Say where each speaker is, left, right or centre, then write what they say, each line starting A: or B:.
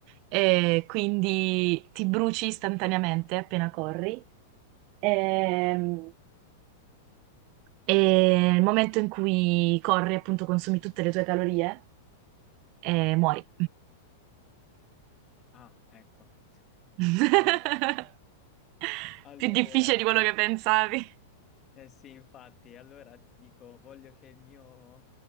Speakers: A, on the right; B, on the left.
A: e quindi ti bruci istantaneamente appena corri. Ehm, E nel momento in cui corri, appunto, consumi tutte le tue calorie e muori.
B: Ah, ecco.
A: <laughs>
B: Eh, allora,
A: Più difficile di quello che pensavi.
B: eh sì, infatti, allora ti dico, voglio che il mio